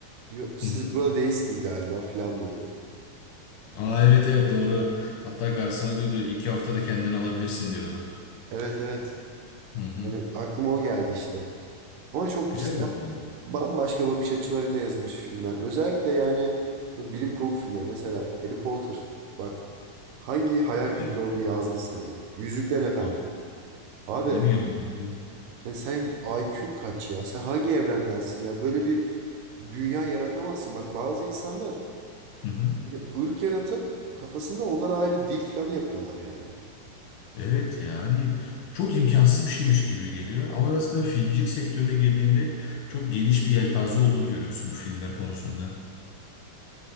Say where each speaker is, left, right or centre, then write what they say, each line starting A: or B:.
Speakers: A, on the right; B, on the left.
A: diyor siz
B: Hı hı.
A: burada değilsiniz galiba falan diyordu.
B: Aa evet evet doğru. Hatta garsona diyordu iki haftada kendini alabilirsin diyordu.
A: Evet evet.
B: Hı hı.
A: Yani aklıma o geldi işte. Ama çok
B: Güzel
A: cidden
B: bir film görünüyor.
A: bambaşka bakış açılarıyla yazılmış filmler. Özellikle yani bu bilim kurgu filmleri mesela Harry Potter. Bak hangi hayal
B: Evet.
A: gücüyle onu yazdın sen ya? Yüzüklerin Efendisi.
B: Val-
A: Abi
B: Değil mi ya Bu-
A: e sen IQ'un kaç ya? Sen hangi evrendensin ya? Böyle bir dünya yaratamazsın. Bak bazı insanlar
B: Hı hı.
A: böyle ırk yaratıp kafasında onlara ayrı dil falan yapıyorlar yani.
B: Evet ya hani çok imkansız bir şeymiş gibi geliyor. Ama aslında filmcilik sektörüne girdiğinde çok geniş bir yelpaze olduğunu görüyorsun bu filmler konusunda.